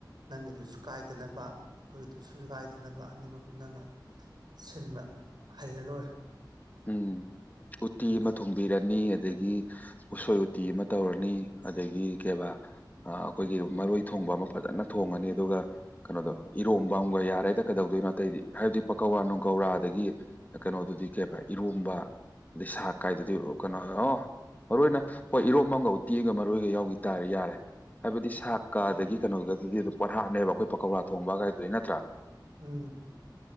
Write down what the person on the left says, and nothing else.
ꯎꯝ ꯎꯇꯤ ꯑꯃ ꯊꯣꯡꯕꯤꯔꯅꯤ ꯑꯗꯒꯤ ꯎꯁꯣꯏ ꯎꯇꯤ ꯑꯃ ꯇꯧꯔꯅꯤ ꯑꯗꯒꯤ ꯀꯩꯕꯥ ꯑꯥ ꯑꯩꯈꯣꯏꯒꯤ ꯃꯔꯣꯏ ꯊꯣꯡꯕ ꯑꯃ ꯐꯖꯅ ꯊꯣꯡꯉꯅꯤ ꯑꯗꯨꯒ ꯀꯩꯅꯣꯗꯣ ꯏꯔꯣꯝꯕ ꯑꯃꯒ ꯌꯥꯔꯦꯗ ꯀꯩꯗꯧꯗꯣꯏꯅꯣ ꯑꯇꯩꯗꯤ ꯍꯥꯏꯕꯗꯤ ꯄꯥꯀꯧꯔꯥ ꯅꯨꯡꯀꯧꯔꯥ ꯑꯗꯒꯤ ꯀꯩꯅꯣꯗꯨꯗꯤ ꯀꯩꯕ ꯏꯔꯣꯝꯕ ꯑꯗꯩ ꯁꯥꯛ ꯀꯥꯏꯗꯨꯗꯤ ꯀꯩꯅꯣ ꯑꯣ ꯃꯔꯨ ꯑꯣꯏꯅ ꯍꯣꯏ ꯏꯔꯣꯝꯕ ꯑꯃꯒ ꯎꯇꯤꯒ ꯃꯔꯣꯏꯒ ꯌꯥꯎꯒꯤ ꯇꯥꯔꯗꯤ ꯌꯥꯔꯦ ꯍꯥꯏꯕꯗꯤ ꯁꯥꯛꯀ ꯑꯗꯒꯤ ꯀꯩꯅꯣꯒꯗꯨꯗꯤ ꯑꯗꯨꯝ ꯄꯣꯠꯍꯥꯞꯅꯦꯕ ꯑꯩꯈꯣꯏ ꯄꯀꯧꯔꯥ ꯊꯣꯡꯕ ꯀꯥꯏꯗꯨꯗꯤ ꯅꯠꯇ꯭ꯔꯥ